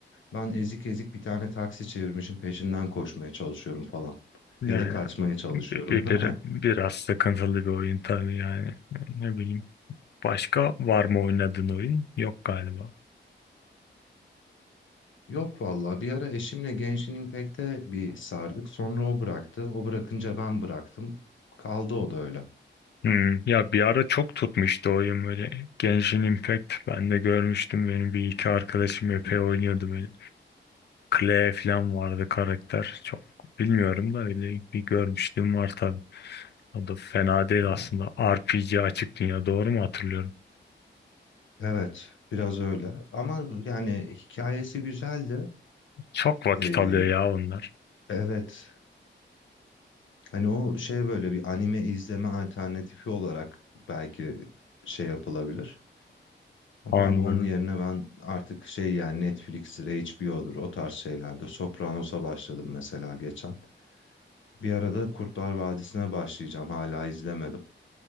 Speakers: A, on the left (about 80°); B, on the left (about 60°).
A: Ben ezik ezik bir tane taksi çevirmişim peşinden koşmaya çalışıyorum falan.
B: Yani
A: Ya da kaçmaya çalışıyorum.
B: bir, bir- bir-
A: <laughs>
B: biraz sıkıntılı bir oyun tabii yani. Ne bileyim. Başka var mı oynadığın oyun? Yok galiba.
A: Yok valla bir ara eşimle Genshin Impact'e bir sardık. Sonra o bıraktı. O bırakınca ben bıraktım. Kaldı o da öyle.
B: Hmm. Ya bir ara çok tutmuştu oyun böyle. Genshin Impact ben de görmüştüm. Benim bir iki arkadaşım
A: Hı
B: epey
A: hı.
B: oynuyordu böyle. Clay falan vardı karakter. Çok bilmiyorum da öyle bir görmüştüm var tabii. O da fena değil aslında.
A: Ha,
B: RPG açık dünya doğru mu hatırlıyorum?
A: Evet biraz öyle. Ama yani hikayesi güzeldi.
B: Çok vakit
A: Ee,
B: alıyor ya onlar.
A: evet Hani o şey böyle bir anime izleme alternatifi olarak belki şey yapılabilir. Ama
B: Anladım.
A: abi onun yerine ben artık şey yani Netflix'tir, HBO'dur o tarz şeylerde. Sopranos'a başladım mesela geçen. Bir arada Kurtlar Vadisi'ne başlayacağım. Hala izlemedim.